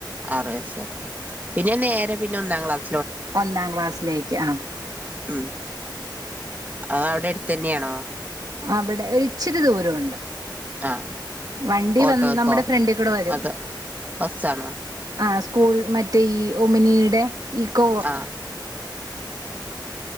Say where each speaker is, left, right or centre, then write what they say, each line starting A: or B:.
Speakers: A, on the right; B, on the right.
A: ആറു വയസ് വരെ പിന്നെ നേരെ പിന്നെ ഒന്നാം ക്ലാസ്
B: ഒന്നാം ക്ലാസ്സിലേക്ക് ആഹ്.
A: ഉം അത് അവിടെ അടുത്ത് തന്നെയാണോ.
B: അവിടെ ഇച്ചിരി ദൂരമുണ്ട്.
A: ആഹ്
B: വണ്ടി
A: ഓട്ടോക്കോ
B: വാൻ നമ്മുടെ ഫ്രണ്ടിൽ കൂടി വരും
A: അതോ ബസ്സാണോ
B: ആഹ്. സ്കൂൾ മറ്റേ ഈ ഓമിനിയുടെ ഈക്കോവ്.
A: ആഹ്